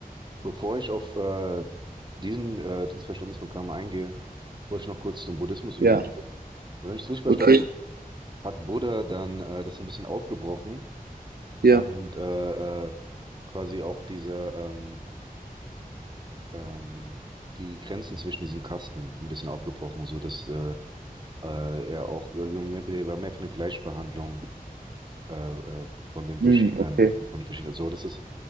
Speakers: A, on the right; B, on the right.
A: Bevor ich auf äh, diesen, äh, dieses Verständnis von Karma eingehe, wollte ich noch kurz zum Buddhismus übergehen.
B: Ja.
A: Wenn ich es richtig verstanden
B: Okay, Weißt
A: habe, hat Buddha dann äh, das ein bisschen aufgebrochen
B: ja.
A: und äh, äh, quasi auch diese ähm, ähm, die Grenzen zwischen diesen Kasten ein bisschen aufgebrochen, so dass äh, äh, er auch irgendwie er war mehr für eine Gleichbehandlung äh, äh, von den
B: Hm,
A: verschiedenen,
B: okay.
A: von den verschiedenen. So, das ist